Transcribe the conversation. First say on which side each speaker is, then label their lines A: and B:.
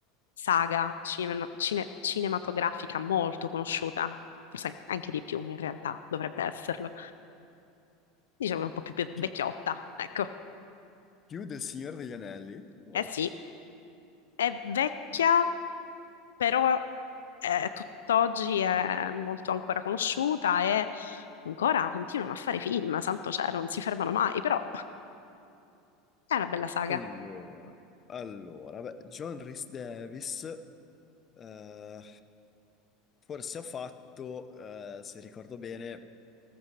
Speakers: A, on the left; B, on the left.
A: saga cine- cine- cinematografica molto conosciuta, forse anche di più in realtà, dovrebbe esserlo. Diciamo che è un po' più, più vecchiotta,
B: Pi-
A: ecco.
B: Più del Signore degli Anelli. Oh.
A: Eh sì, è vecchia, però eh, tutt'oggi è molto ancora conosciuta e ancora continuano a fare film, santo cielo, non si fermano mai, però è una bella saga.
B: Allora, allora, beh, John Rhys Davis eh, forse ha fatto, eh, se ricordo bene.